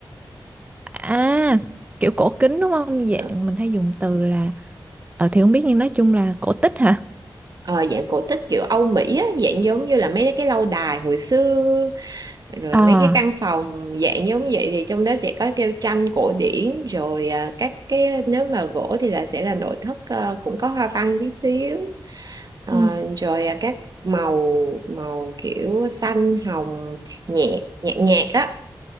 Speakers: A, on the right; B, on the right.
A: À, kiểu cổ kính đúng không? Dạng
B: ờ,
A: mình hay dùng từ là ờ thì không biết nhưng nói chung là cổ tích hả?
B: ờ, dạng cổ tích kiểu Âu Mỹ á dạng giống như là mấy cái lâu đài hồi xưa rồi
A: Ờ.
B: mấy cái căn phòng dạng giống vậy thì trong đó sẽ có kêu tranh cổ điển rồi à, các cái nếu mà gỗ thì là sẽ là nội thất ờ, cũng có hoa văn tí xíu Ờ,
A: Ừ.
B: rồi à, các màu màu kiểu xanh hồng nhẹ nhạt nhạt á